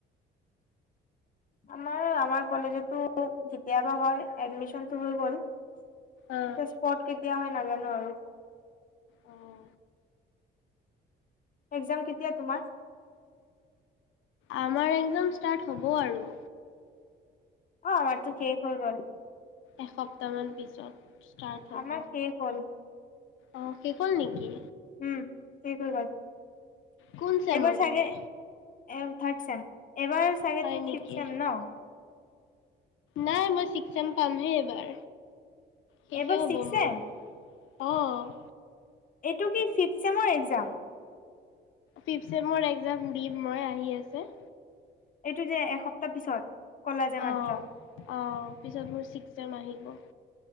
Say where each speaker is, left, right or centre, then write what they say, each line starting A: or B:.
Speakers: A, on the left (about 45°); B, on the left (about 80°).
A: আমাৰ আমাৰ কলেজটো কেতিয়াবা হয় এডমিচনতটো হৈ গ'ল। এতিয়া
B: অ'
A: স্পৰ্ট কেতিয়া হয় নাজানো আৰু।
B: আহ।
A: এক্সাম কেতিয়া তোমাৰ?
B: আমাৰ এক্সাম ষ্টাৰ্ট হ'ব আৰু।
A: অ আমাৰতো শেষ হৈ গল।
B: এসপ্তাহ মান পিছত। ষ্টাৰ্ট হ'ব।
A: আমাৰ শেষ হল।
B: অ', শেষ হ'ল নেকি?
A: উম, শেষ হৈ গ'ল।
B: কোন চেমৰ
A: এবাৰ চাগে
B: তুমি?
A: <unintelligible> ছেম, এবাৰ চাগে
B: হয়
A: তুমি
B: নেকি?
A: ফিফছেম ন?
B: নাই মই ছিক্সছেম পামহে এইবাৰ। শেষে
A: এইবাৰ
B: হ'ব
A: ছিক্সছেম?
B: মোৰ। অ'।
A: এইটো কি ফিফথ চেমৰ এক্সাম?
B: ফিফচেমৰ একজাম দিম মই, আহি আছে।
A: এইটো যে, এসপ্তাহ পিছত? কলা যে
B: অ',
A: মাত্ৰ
B: অ', পিছত মোৰ ছিক্সছেম আহিব।